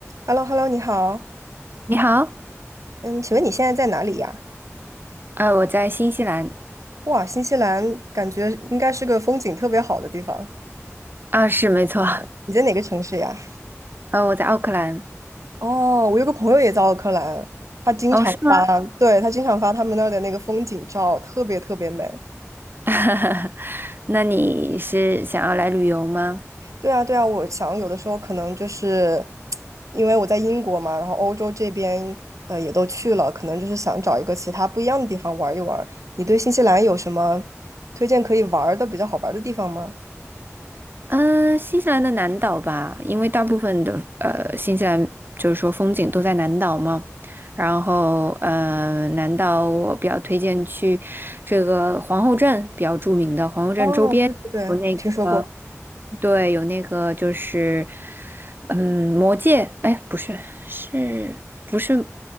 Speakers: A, on the right (about 85°); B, on the right (about 40°).
A: h e l l o h e l l o 你好。
B: 你好，
A: 嗯，请问你现在在哪里呀？
B: 呃，我在新西兰
A: 哇，新西兰感觉应该是个风景特别好的地方。
B: 啊，是没错，
A: 你在哪个城市呀？
B: 呃，我在奥克兰，
A: 哦，我有个朋友也在奥克兰，他经常发，
B: 哦，是吗？
A: 对，他经常发他们那儿的那个风景照，特别特别美。
B: <laughs> 那你是想要来旅游吗？
A: 对啊，对啊，我想有的时候可能就是因为我在英国嘛，然后欧洲这边呃也都去了，可能就是想找一个其他不一样的地方玩一玩。你对新西兰有什么推荐可以玩儿的比较好玩儿的地方吗？
B: 嗯，呃新西兰的南岛吧，因为大部分的呃新西兰就是说风景都在南岛嘛，然后呃南岛我比较推荐去这个皇后镇，比较著名的皇后镇周边有那个，
A: 哦，对对对，我听说过。
B: 对，有那个就是嗯魔界，哎不是是不是